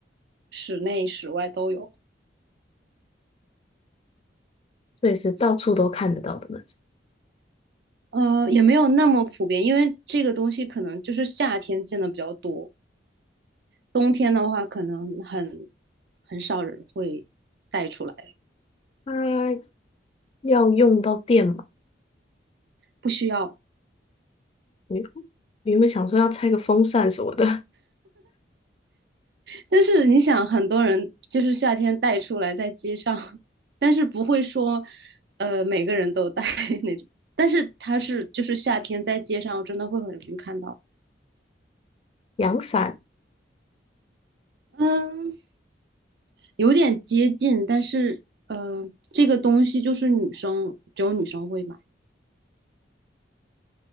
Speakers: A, on the right (about 60°); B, on the left (about 30°).
A: 室内室外都有，
B: 所以是到处都看得到的那种。
A: 呃，也没有那么普遍，因为这个东西可能就是夏天见的比较多。冬天的话，可能很很少人会带出来，
B: 它要用到电嘛？
A: 不需要。
B: 我原本想说要拆个风扇什么的，
A: 但是你想，很多人就是夏天带出来在街上，但是不会说，呃，每个人都带 <laughs> 那种。但是它是就是夏天在街上，我真的会很容易看到。
B: 阳伞
A: 嗯，有点接近，但是呃，这个东西就是女生只有女生会买。